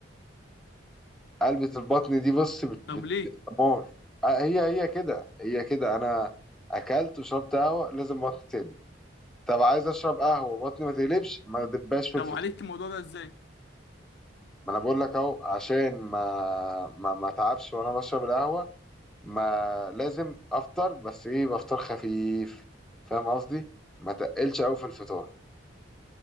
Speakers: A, in the centre; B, on the left.
A: قلبة البطن دي بص بت
B: طب
A: بت
B: ليه
A: دمار آه، هي هي كده هي كده انا اكلت وشربت قهوه لازم بطني تقلب طب عايز اشرب قهوه بطني ما تقلبش ما دباش في
B: طب
A: الفطار
B: وعالجت الموضوع ده ازاي
A: ما انا بقول لك اهو عشان ما ما ما اتعبش وانا بشرب القهوه ما لازم افطر بس ايه بفطر خفيف فاهم قصدي ما تقلش قوي في الفطار